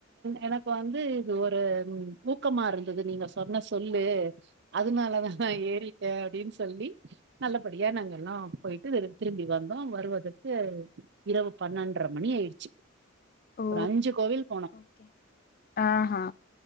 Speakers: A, on the right; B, on the left.
A: எனக்கு வந்து இது ஒரு ஊக்கமா இருந்தது நீங்க சொன்ன சொல்லு அதனால தான் நான ஏறி அப்டின்னு சொல்லி நல்லபடியா நாங்க எல்லாம் போயிட்டு திரும்பி வந்தோம் வருவதற்க இரவு பன்னெண்டரை மணி ஆயிடுச்சு
B: ஓ
A: ஒரு அஞ்சு கோவில் போனம்
B: ஓகே ஆஹா